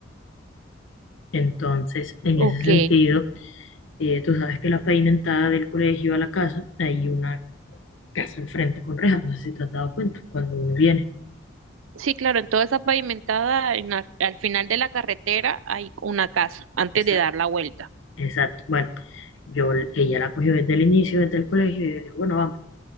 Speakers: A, on the left; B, on the right.
A: Entonces, en
B: Ok,
A: ese sentido, Eh, tú sabes que la pavimentada del colegio a la casa, hay una casa al frente con rejas, no sé si te has dado cuenta, cuando uno viene.
B: sí, claro, en toda esa pavimentada, en la- al final de la carretera hay una casa antes
A: Esa-
B: de dar la vuelta.
A: Exacto. Bueno, yo, ella la cogió desde el inicio, desde el colegio, y yo le dije, bueno, vamos,